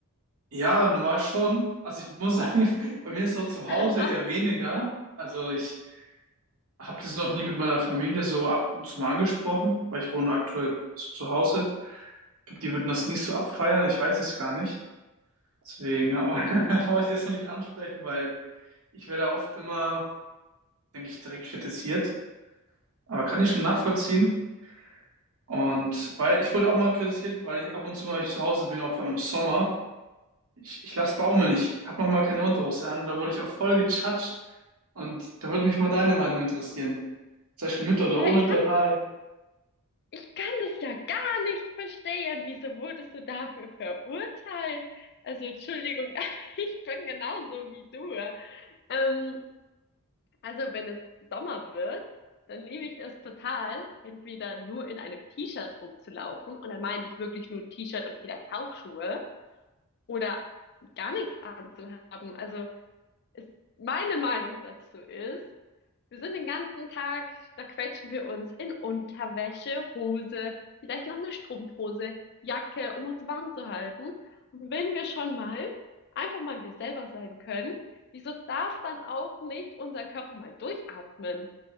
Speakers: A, on the right (about 70°); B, on the left (about 50°).
A: Ja, normal schon. Also ich muss sagen, <laughs> bei mir ist es auch zu Hause
B: <laughs>
A: eher weniger. Also ich habe das noch nie mit meiner Familie so, ab, so mal angesprochen, weil ich wohne aktuell zu, zu Hause. Ich glaube, die würden das nicht so abfeiern. Ich weiß es gar nicht. Deswegen hab- <laughs> wollte ich das noch nicht ansprechen, weil ich werde oft immer, denke ich, direkt kritisiert. Aber kann ich schon nachvollziehen. Und weil ich wurde auch mal kritisiert, weil ich ab und zu mal ich zu Hause bin, auch vor allem im Sommer. Ich, ich lasse baumeln, ich habe noch mal keine Unterhose an und da wurde ich auch voll gechatscht. Und da würde mich mal deine Meinung interessieren. Zum Beispiel mit oder
B: Ja,
A: ohne
B: ich kann,
A: BH.
B: ich kann das ja gar nicht verstehen. Wieso wurdest du dafür verurteilt? Also, Entschuldigung, <laughs> aber ich bin genauso wie du. Ähm, Also, wenn es Sommer wird, dann liebe ich es total, entweder nur in einem T-Shirt rumzulaufen, und dann meine ich wirklich nur T-Shirt und vielleicht Hausschuhe, oder gar nichts anzuhaben. Also, ist, meine Meinung dazu ist, wir sind den ganzen Tag, da quetschen wir uns in Unterwäsche, Hose, vielleicht noch eine Strumpfhose, Jacke, um uns warm zu halten. Und wenn wir schon mal einfach mal wir selber sein können, wieso darf dann auch nicht unser Körper mal durchatmen?